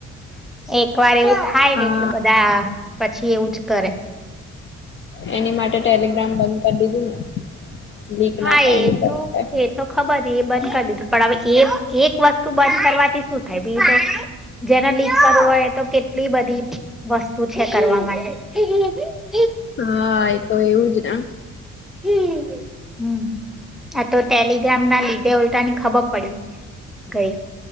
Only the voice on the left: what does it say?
હા
એની માટે ટેલિગ્રામ બંધ કરી દીધું ને લીક
ના થાય
એની પર
એટલે.
હા એતો એવુંજ ને